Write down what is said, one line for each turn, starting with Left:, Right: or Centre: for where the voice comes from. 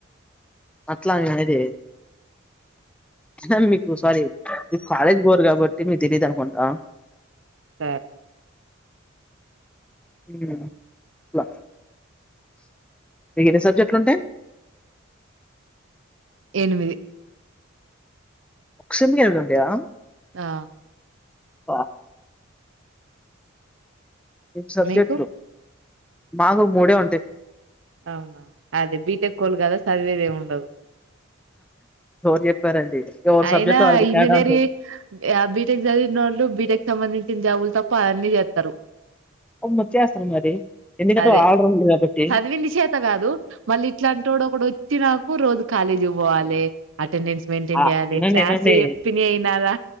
Centre: అట్లా నేను అనేది. <unintelligible> మీకు సారీ మీ కాలేజ్ కి బోరు కాబట్టి మీక్ తెలీదు అనుకుంటా
Right: సార్క్
Centre: హ్మ్ ఇల మీ ఏర సబ్జెక్టులు ఉంటయ్.
Right: ఎనిమిది
Centre: ఒక్కసెమ్ ఎ వెళ్తుంటాయా
Right: ఆ
Centre: ప హ్ సబ్జెక్ట్లో
Right: మీకు
Centre: మాకు మూడే ఉంటే
Right: అవునా అది బీటెక్కోళ్ళు కదా చదివేదేమి ఉండదు
Centre: ఎవరు చెప్పారండి ఎవరి
Right: అయినా
Centre: సబ్జెక్టులో వాళ్ళకి
Right: ఇంజనీరి
Centre: తేడా ఉంటాయి
Right: బీటెక్ చదివినోళ్లు బీటెక్ సంబంధించి చింజావులు తప్ప అన్నీ చేత్తరు
Centre: అమ్మ వచ్చేస్తుంది మరి ఎందుకంటే
Right: అదే
Centre: ఆల్రౌండర్ కాబట్టి
Right: చదివింది చేత కాదు మళ్ళీ ఇట్లాంటోడు ఒకడు వచ్చి నాకు ఓరోజు కాలేజు పోవాలె అటెండెన్స్ మెయింటైన్
Centre: ఆ,
Right: చేయాలి
Centre: వినండి
Right: క్లాస్
Centre: వినండి
Right: లో చెప్పినే ఇనాల